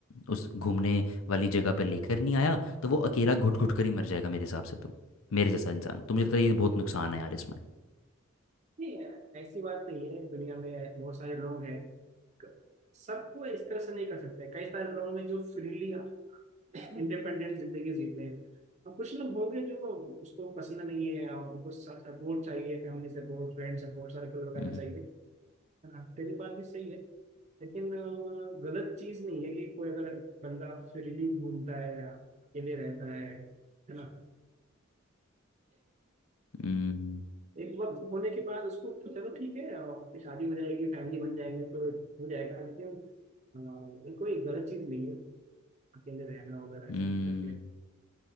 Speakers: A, on the left (about 85°); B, on the right (about 35°).
A: उस घूमने वाली जगह पर लेकर नहीं आया तो वो अकेला घुट घुट कर ही मर जाएगा मेरे हिसाब से तो मेरे जैसा इंसान तो मुझे लगता है ये बहुत नुकसान है यार इसमें
B: नहीं ऐसी बात नहीं है दुनिया में बहुत सारे लोग हैं क- सबको इस तरह से नहीं कर सकते कई सारे लोग हैं जो फ्रीली इंडिपेंडेंट जिंदगी जीते हैं और कुछ लोग होंगे जो उसको पसंद नहीं है और उनको सपोर्ट चाहिए Family support friend support circle वगैरह
A: हम्म
B: चाहिए ना तेरी बात भी सही है लेकिन अ, गलत चीज नहीं है कि कोई अगर बंदा फ्रीली घूमता है अकेले रहता है है ना
A: हम्म
B: एक वक्त होने के बाद उसको तो चलो ठीक है और फिर शादी हो जाएगी फैमिली बन जाएंगे तो हो जाएगा लेकिन अ, ये कोई गलत चीज नहीं है अकेले रहना वगैरह ऐसा
A: हम्म,
B: कुछ करके ये